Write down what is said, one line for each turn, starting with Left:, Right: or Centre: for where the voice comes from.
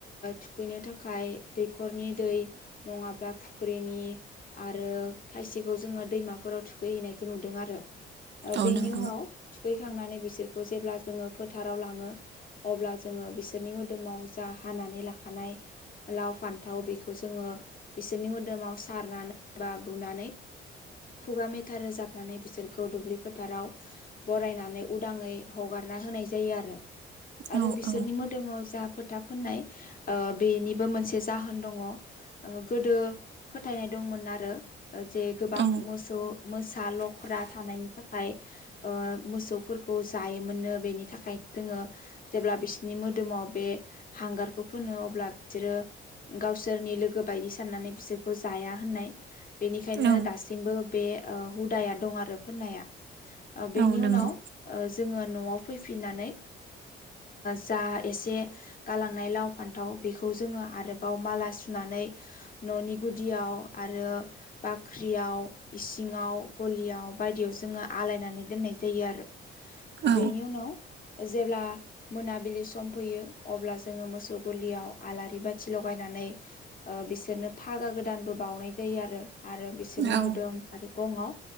Left: थुखैनो थाखाय दैखरनि दै नङाबा बा फुख्रिनि आरो खायसेखौ जोङो दैमाफोराव थुखैहैनायखौ नुदों आरो।
Right: औ
Left: बेनि
Right: नंगौ
Left: उनाव थुखैखांनानै बिसोर खौ जेब्ला जोङो फोथाराव लाङो अब्ला जोङो बिसोरनि मोदोमाव जा हानानै लाखानाय लाव फान्थाव बेखौ जोङो बिसोरनि मोदोमाव सारनानै बा बुनानै खुगा मेथा रोजाबनानै बिसोरखौ दुब्लि फोथाराव बरायनानै उदाङै हगारना होनाय जायो आरो आरो
Right: औ
Left: बिसोरनि
Right: औ
Left: मोदोमाव जा फो था फुननाय बेनिबो मोनसे जाहोन दङ गोदो फोथायनाय दङ मोन आरो जे गोबां
Right: औ
Left: मोसौ मोसा लख्रा थानायनि थाखाय मोसौफोरखौ जायोमोननो बेनि थाखायनो जोङो जेब्ला बिसनि मोदोमाव बे हांगारखौ फोनो अब्ला बिसोरो गावसोरनि लोगो बायदि साननानै बिसोरखौ जाया होननाय बेनिखायनो
Right: औ
Left: दासिमबो बे हुदाया दं आरो फोननाया बेनि
Right: औ नंगौ
Left: उनाव जोङो न'आव फैफिननानै जा एसे गालांनाय लाव फान्थाव बेखौ जोङो आरोबाव माला सुनानै ननि गुदिआव आरो बाख्रियाव इसिंङाव गलि बायदियाव जोङो आलायनानै दोननाय जायो आरो
Right: औ
Left: बेनि उनाव जेब्ला मोनाबिलि सम फैयो अब्ला जोङो मोसौ गलियाव आलारि बाथि लगायनानै बिसोरनो फागा गोदानबो बाउनाय जायो आरो। आरो बिसोरनि
Right: औ
Left: मोदोम आरो गंआव